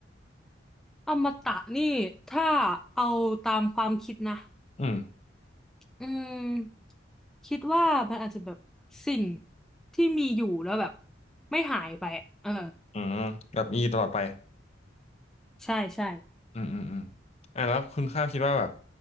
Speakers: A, in the centre; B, on the left.
A: อมตะนี่ถ้าเอาตามความคิดนะ
B: อืม
A: อืมคิดว่ามันอาจจะแบบสิ่งที่มีอยู่แล้วแบบไม่หายไปอะเออ
B: อืมแบบมีอยู่ตลอดไป
A: ใช่ใช่
B: อืมอืมอืมอ่ะแล้วคุณข้าวคิดว่าแบบ